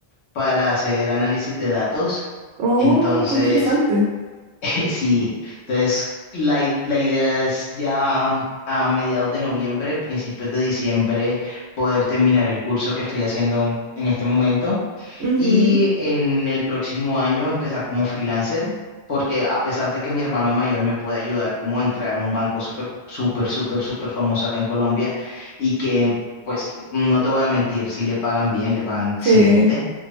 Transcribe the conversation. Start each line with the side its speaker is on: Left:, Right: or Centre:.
Left: para hacer análisis de datos.
Right: Oh,
Left: Entonces,
Right: qué interesante.
Left: <laughs> sí, entonces la, i- la idea es ya a mediados de noviembre, principios de diciembre, poder terminar el curso que estoy haciendo en este momento
Right: Ujú,
Left: y en el próximo año empezar como freelancer, porque a pesar de que mi hermano mayor me puede ayudar como a entrar a un banco súper, súper, súper, súper famoso acá en Colombia y que, pues, no te voy a mentir, si le pagan bien, le pagan excelente,
Right: Sí.